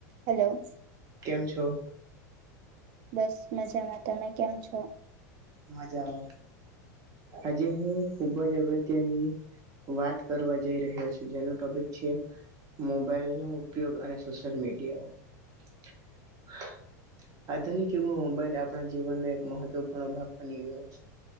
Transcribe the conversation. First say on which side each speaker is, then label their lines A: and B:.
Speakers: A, on the right; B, on the right.
A: હાલો.
B: કેમ છો?
A: બસ મજામાં, તમે કેમ છો?
B: મજામાં, આજે હું ખુબ જ અગત્યની વાત કરવા જઈ રહ્યો છું. જેનો ટોપિક છે મોબાઈલ નો ઉપયોગ અને સોશિયલ મીડિયા. હ આધુનિક યુગમાં મોબાઈલ આપણા જીવનનો એક મહત્વપૂર્ણ ભાગ બની ગયો છે.